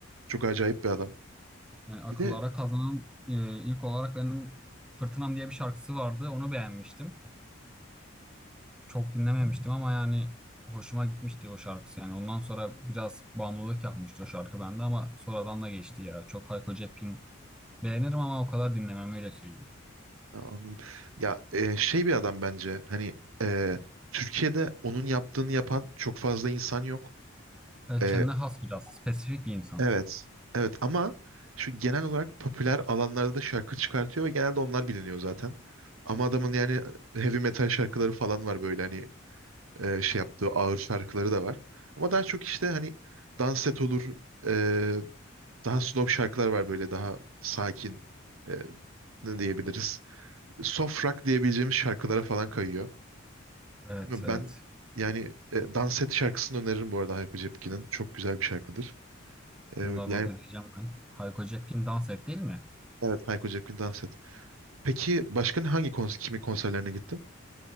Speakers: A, on the right; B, in the centre.
A: çok acayip bir adam.
B: Yani akıllara
A: Bir de
B: kazanan e, ilk olarak benim Fırtınam diye bir şarkısı vardı. Onu beğenmiştim. Çok dinlememiştim ama yani hoşuma gitmişti o şarkısı. Yani ondan sonra biraz bağımlılık yapmıştı o şarkı bende ama sonradan da geçti ya. Çok Hayko Cepkin beğenirim ama o kadar dinlemem öyle söyleyeyim.
A: ya, anladım. Ya e, şey bir adam bence. Hani e, Türkiye'de onun yaptığını yapan çok fazla insan yok.
B: E,
A: E,
B: kendine has biraz spesifik bir insan.
A: evet. Evet ama şu genel olarak popüler alanlarda da şarkı çıkartıyor ve genelde onlar biliniyor zaten. Ama adamın yani e, heavy metal şarkıları falan var böyle hani e, şey yaptığı ağır şarkıları da var. Ama daha çok işte hani dans set olur, e, Daha slow şarkılar var böyle daha sakin e, ne diyebiliriz? Soft rock diyebileceğimiz şarkılara falan kayıyor.
B: Evet
A: Bilmiyorum,
B: evet.
A: ben yani e, Dans Et şarkısını öneririm bu arada Hayko Cepkin'in. Çok güzel bir şarkıdır. E,
B: Bunu da
A: yani
B: not edeceğim ben. Hayko Cepkin dans et değil mi?
A: evet Hayko Cepkin Dans Et. Peki başka hangi kons kimin konserlerine gittin?